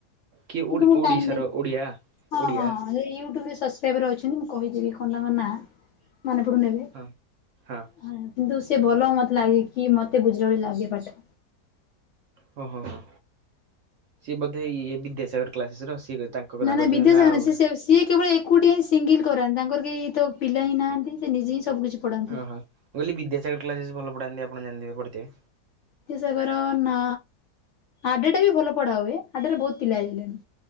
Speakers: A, on the right; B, on the left.
A: କି
B: କିନ୍ତୁ
A: ଓଡ଼ି
B: ମୁଁ
A: ଓଡ଼ିଶାର
B: ଟାଇମ୍ ଦେଇ ହଁ
A: ଓଡ଼ିଆ ଓଡ଼ିଆ
B: ହଁ। ହଁ ସେ ୟୁଟ୍ୟୁବରେ ସବସ୍କ୍ରାଇବର ଅଛନ୍ତି, ମୁଁ କହିଦେବି କଣ ତାଙ୍କ ନାଁ ମନେ ପଡ଼ୁନି ଏବେ।
A: ହଁ ହଁ।
B: ହ କିନ୍ତୁ ସେଭଲ ମତେ ଲାଗେକି, ମତେ ବୁଝିଲା ଭଳି ଲାଗେ ପାଠ।
A: ଓଁ ହଁ ହଁ ସିଏ ବୋଧେ ଇଏ ବିଦ୍ୟାସାଗର କ୍ଲାସେସର, ସିଏ ତାଙ୍କ କଥା
B: ନା ନା
A: କହୁଛନ୍ତି
B: ବିଦ୍ୟସାଗର
A: ଅଲଗା
B: ନୁହଁ ସିଏ ସେ ସେ ସିଏ କେବଳ ଏକୁଟିଆ ହିଁ ସିଙ୍ଗିଲ୍ କରନ୍ତି, ତାଙ୍କର କେହିତ ପିଲାହିଁ ନାହାନ୍ତି ସେ ନିଜେହିଁ ସବୁ କିଛି ପଢାନ୍ତି।
A: ଓହୋ ମୁଁ କହିଲି ବିଦ୍ୟାସାଗର କ୍ଲାସେସ ଭଲ ପଢାନ୍ତି, ଆପଣ ଜାଣିଥିବେ ପଢିଥିବେ।
B: ବିଦ୍ୟାସାଗର ନା ଆଡେଟାବି ଭଲ ପଢା ହୁଏ ଆଡେରେ ବହୁତ୍ ପିଲା ହେଇଗଲେଣି।